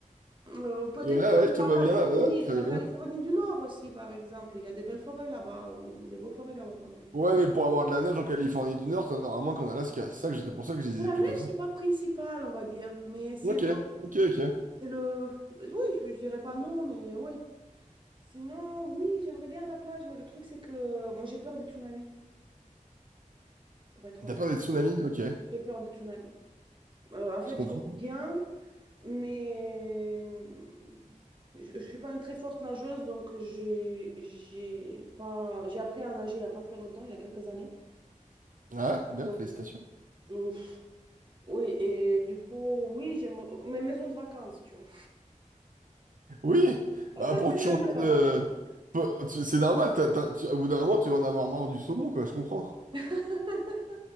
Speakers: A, on the right; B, on the right.
A: Euh, peut-être
B: Et ouais,
A: que
B: ouais, je te
A: la
B: vois
A: Californie,
B: bien là, ouais, très
A: la
B: bien.
A: Californie du Nord aussi, par exemple. Il y a des belles forêts là-bas, ou des beaux forêts là-bas, pardon.
B: Ouais, mais pour avoir de la neige en Californie du Nord, t'en auras moins qu'en Alaska. C'est ça que je- c'est pour ça que je disais
A: La
B: plutôt
A: neige,
B: ça.
A: c'est pas principal, on va dire, mais c'est
B: Ok,
A: le,
B: ok, ok.
A: c'est le, oui, je, je dirais pas non, mais oui, Sinon, oui, j'aimerais bien la plage, mais le truc, c'est que euh, moi, j'ai peur des tsunamis, pour être honnête.
B: T'as peur des tsunamis? Ok,
A: J'ai peur des tsunamis. Euh, en fait,
B: je comprends.
A: j'aime bien, mais euh, je ne suis pas une très forte nageuse, donc j'ai j'ai pas... j'ai appris à nager il n'y a pas très longtemps, il y a quelques années.
B: Ouais, bien,
A: Donc,
B: félicitations.
A: ouf. Oui, et du coup, oui, j'aime mes maisons de vacances, tu vois.
B: Oui,
A: On
B: bah
A: va passer
B: pour te changer
A: l'année là-bas.
B: de... pour- tu- C'est normal, t'as- t'as- tu- au bout d'un moment, tu vas en avoir marre du saumon, quoi, je comprends.
A: <laughs>